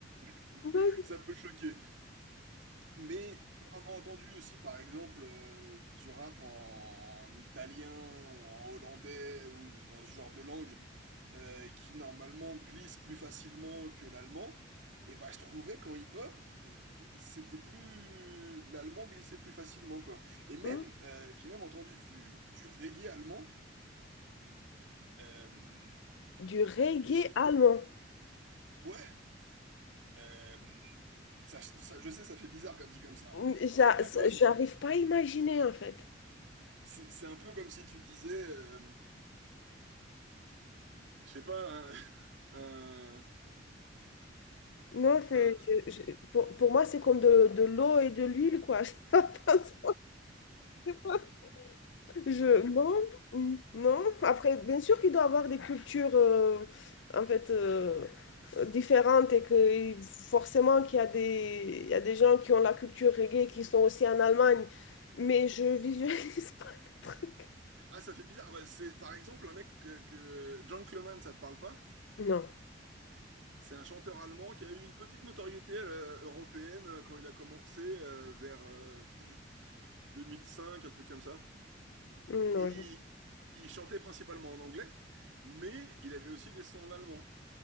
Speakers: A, on the right; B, on the left.
A: <laughs>
B: <laughs>
A: ça peut choquer. Mais pour avoir entendu aussi, par exemple, euh, du rap en, en italien ou en hollandais ou dans ce genre de langue euh, qui normalement glisse plus facilement que l'allemand, et bah je trouvais qu'en hip-hop, c'était plus... l'allemand glissait plus facilement, quoi. Et même,
B: Donc, hmm,
A: euh, j'ai même entendu du, du reggae allemand. Euh,
B: Du reggae
A: j'ai-
B: allemand.
A: Ouais, euh, ça, ça- je sais, ça fait bizarre quand dit comme
B: Je,
A: ça. hein.
B: j'a-
A: C'est un peu,
B: j'arrive pas à imaginer, en fait.
A: c'est c'est un peu comme si tu disais... euh, Je sais pas, un, <laughs> un-
B: Non, c'est,
A: un-
B: je- je- pour, pour moi, c'est comme de, de l'eau et de l'huile, quoi. <laughs> Ça passe pas. Je, non, mm, non. Après, bien sûr qu'il doit avoir des cultures euh, en fait euh, euh, différentes et que forcément qu'il y a des, il y a des gens qui ont la culture reggae qui sont aussi en Allemagne, mais je visualise <laughs> pas le truc.
A: Ah, ça fait bizarre. Bah, c'est par exemple un mec que, que John Cleman, ça te parle pas?
B: Non,
A: C'est un chanteur allemand qui a eu une petite notoriété euh, européenne euh, quand il a commencé euh, vers euh, <clears throat> 2005, un truc comme ça.
B: non.
A: Et
B: je-
A: il, il chantait principalement en anglais, mais il avait aussi des sons en allemand.